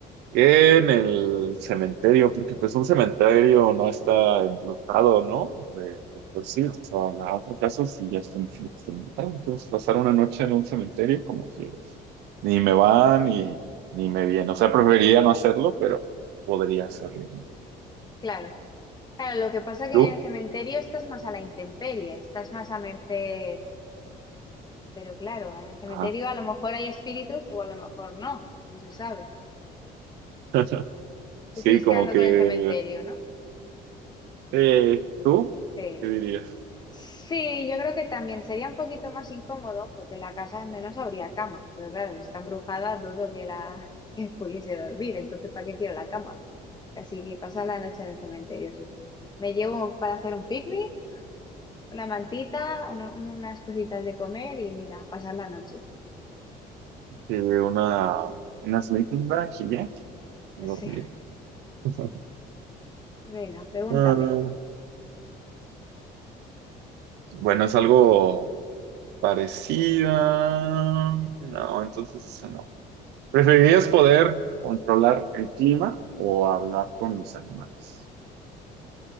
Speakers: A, on the right (about 80°); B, on the left (about 25°).
A: En el cementerio, porque pues un cementerio no está embrujado, ¿no? De, de por sí, o sea, hace casos sí ya están diciendo que está embrujado. Entonces, pasar una noche en un cementerio como que ni me va ni, ni me viene. O sea, preferiría no hacerlo, pero podría hacerlo.
B: Claro, claro, lo que pasa es que
A: ¿Tú?
B: en el cementerio estás más a la intemperie, estás más a merced, pero claro, en el cementerio
A: Ajá.
B: a lo mejor hay espíritus o a lo mejor no, no se sabe.
A: <laughs> Sí,
B: Te sigues
A: como
B: quedando
A: que...
B: con el cementerio, ¿no?
A: Sí, ¿tú?
B: Sí.
A: ¿Qué dirías?
B: Sí, yo creo que también sería un poquito más incómodo porque en la casa al menos habría cama, pero claro, si está embrujada dudo que la <laughs> que pudiese dormir, entonces ¿para qué quiero la cama? Así que pasar la noche en el cementerio, sí. Me llevo para hacer un picnic, una mantita, una- unas cositas de comer y mira, pasar la noche.
A: Que una... Una sleeping bag y ya, dormir.
B: Sí, <laughs>
A: <laughs>
B: venga, pregúntame.
A: Ah, bueno, es algo Parecida. No, entonces esa no. ¿Preferirías poder controlar el clima o hablar con los animales?